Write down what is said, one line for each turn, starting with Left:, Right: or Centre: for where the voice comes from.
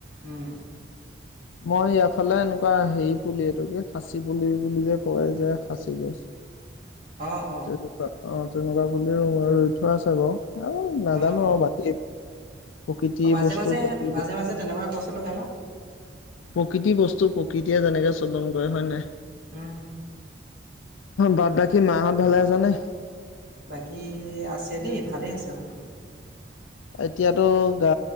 Right: উম
Left: মই ইয়াৰফালে এনেকুৱা হেৰি পুলি এইটো কি। খাঁচি পুলি বুলি যে কয় যে সাঁচি গছ।
Right: অ, অ,
Left: তেনেকুৱা অ, তেনেকুৱা বুলি ৰই থোৱা আছে বাৰু আৰু নাজানো
Right: অ অ
Left: আৰু বাকী। প্ৰকৃতি
Right: অ, মাজে
Left: বস্তু
Right: মাজে
Left: প্ৰকৃতি
Right: মাজে মাজে তেনেকুৱা গছ লগাবা।
Left: প্ৰকৃতি বস্তু প্ৰকৃতিয়ে যেনেকে চলন কৰে হয় নে নহয়।
Right: উম,
Left: বাদ বাকী মাহঁত ভালে আছানে।
Right: বাকী আছে দেই, ভালেই আছে সকলো।
Left: এতিয়াতো গা